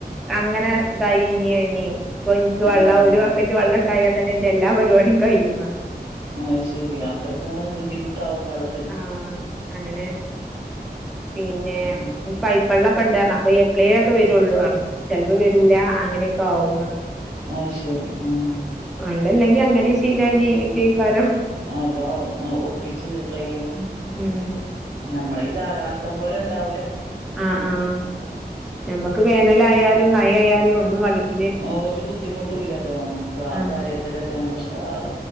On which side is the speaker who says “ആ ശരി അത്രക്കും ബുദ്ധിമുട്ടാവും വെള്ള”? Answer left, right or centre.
Right